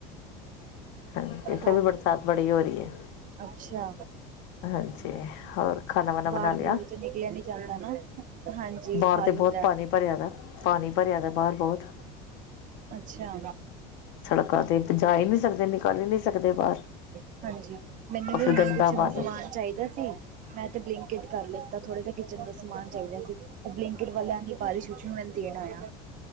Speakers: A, on the left; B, on the right.
A: ਹਾਂਜੀ ਇੱਥੇ
B: ਹੋਰ
A: ਵੀ ਬਰਸਾਤ ਬੜੀ ਹੋ ਰਹੀ ਹੈ
B: ਅੱਛਾ
A: ਹਾਂਜੀ ਹੋਰ ਖਾਣਾ ਵਾਣਾ
B: ਬਾਹਰ
A: ਬਣਾ
B: ਬੂਰ
A: ਲਿਆ
B: ਤੇ ਨਿਕਲਿਆ ਨੀ ਦਾ ਨਾ ਹਾਂਜੀ
A: ਬਾਹਰ
B: ਖਾ
A: ਤੇ
B: ਲਿਤਾ
A: ਬਹੁਤ ਪਾਣੀ ਭਰਿਆ ਦਾ ਪਾਣੀ ਭਰਿਆ ਦਾ ਬਾਹਰ ਬਹੁਤ
B: ਅੱਛਾ
A: ਸੜਕਾਂ ਤੇ ਜਾ ਹੀ ਨਹੀਂ ਸਕਦੇ ਨਿਕਲ ਹੀ ਨਹੀਂ ਸਕਦੇ ਬਾਹਰ
B: ਹਾਂਜੀ ਮੈਨੂੰ
A: ਉਹ
B: ਵੀ
A: ਫਿਰ
B: ਹੁਣ
A: ਗੰਦਾ
B: ਕੁਛ
A: ਪਾਣੀ
B: ਸਮਾਨ ਚਾਹੀਦਾ ਸੀ ਮੈਂ ਤੇ ਬਲਿੰਕਟ ਕਰ ਲਿਤਾ ਥੋੜਾ ਜਿਹਾ ਕਿਚਨ ਦਾ ਸਮਾਨ ਚਾਹੀਦਾ ਸੀ ਉਹ ਬਲਿਂਕੀਟ ਵੱਲਿਆਂ ਬਾਰੀਸ਼ ਚ ਵੀ ਦੇਣ ਆਯਾ